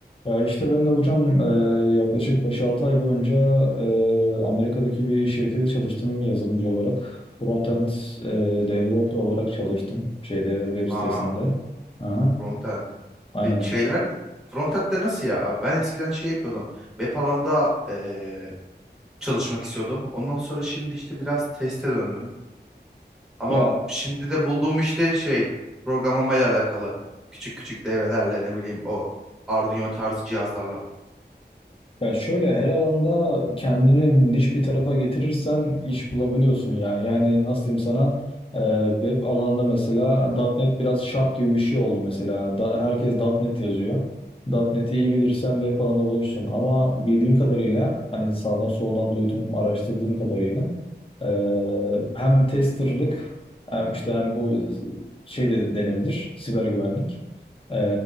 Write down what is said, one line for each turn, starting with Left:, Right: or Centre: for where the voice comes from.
Left: Ya işte ben de hocam e, yaklaşık beş-altı ay boyunca e, Amerika'daki bir şirkete çalıştım yazılımcı olarak. Frontend e, developer olarak çalıştım şeyde web sitesinde.
Centre: Aa,
Left: Aha,
Centre: frontend.
Left: aynen.
Centre: Ve şeyler frontend'de nasıl ya? Ben eskiden şey yapıyordum. Web alanda eee, çalışmak istiyordum. Ondan sonra şimdi işte biraz teste döndüm. Ama
Left: Ya
Centre: şimdi de bulduğum işte şey programlamayla alakalı. Küçük küçük devrelerle ne bileyim o Arduino tarzı cihazlarla.
Left: Ya şöyle her alanda kendini niş bir tarafa getirirsen iş bulabiliyorsun ya. Yani nasıl diyeyim sana e, web alanında mesela .nokta .NET biraz şart gibi bir şey oldu mesela. Da, herkes .nokta .NET yazıyor. .nokta .NET'i iyi bilirsen web alanında bulursun. Ama bildiğim kadarıyla hani sağdan soldan duydum araştırdığım kadarıyla e, hem testerlık hem işte hem bu şey de denebilir siber güvenlik. Ee,